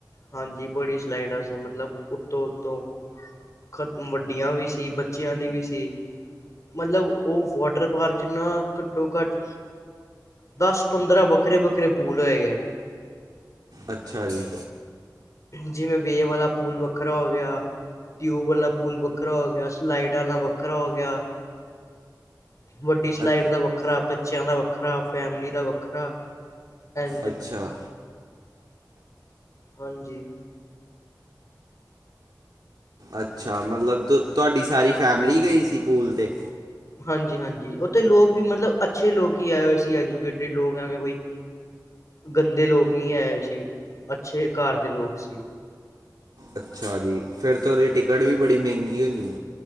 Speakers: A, on the left (about 45°); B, on the right (about 65°).
A: ਹਾਂਜੀ, ਬੜੀ ਸਲਾਈਡਾਂ ਸੀ ਮਤਲਬ ਉੱਤੋਂ-ਉੱਤੋਂ ਖ ਵੱਡੀਆਂ ਵੀ ਸੀ ਬੱਚਿਆਂ ਦੀ ਵੀ ਸੀ। ਮਤਲਬ ਉਹ ਵਾਟਰ-ਪਾਰਕ ਚ ਨਾ ਘੱਟੋ-ਘੱਟ ਦਸ-ਪੰਦਰਾਂ ਵੱਖਰੇ-ਵੱਖਰੇ ਪੂਲ ਹੋਏ ਗਏ।
B: ਅੱਛਾ ਜੀ।
A: ਜਿਵੇਂ ਵੇ ਵਾਲਾ ਪੂਲ ਵੱਖਰਾ ਹੋ ਗਿਆ। ਟਿਊਬ ਵਾਲਾ ਪੂਲ ਵੱਖਰਾ ਹੋ ਗਿਆ, ਸਲਾਈਡ ਵਾਲਾ ਵੱਖਰਾ ਹੋ ਗਿਆ। ਵੱਡੀ ਸਲਾਈਡ
B: ਅੱ
A: ਦਾ ਵੱਖਰਾ, ਬੱਚਿਆਂ ਦਾ ਵੱਖਰਾ, ਫੈਮਲੀ ਦਾ ਵੱਖਰਾ। ਇੰਝ
B: ਅੱਛਾ।
A: ਹਾਂਜੀ।
B: ਅੱਛਾ, ਮਤਲਬ ਤੋ ਤੁਹਾਡੀ ਸਾਰੀ ਫੈਮਲੀ ਗਈ ਸੀ, ਪੂਲ ਤੇ।
A: ਹਾਂਜੀ-ਹਾਂਜੀ, ਉੱਥੇ ਲੋਕ ਵੀ ਮਤਲਬ ਅੱਛੇ ਲੋਕ ਹੀ ਆਏ ਹੋਏ ਸੀ ਐਜੂਕੇਟਿਡ ਲੋਕ ਐਵੇਂ ਕੋਈ ਗੰਦੇ ਲੋਕ ਨਈਂ ਆਏ ਹੋਏ ਸੀ, ਅੱਛੇ ਘਰ ਦੇ ਲੋਕ ਸੀ।
B: ਅੱਛਾ ਜੀ ਫਿਰ ਤੇ ਉਹਦੀ ਟਿਕਟ ਵੀ ਬੜੀ ਮਹਿੰਗੀ ਹੋਣੀ ਐ।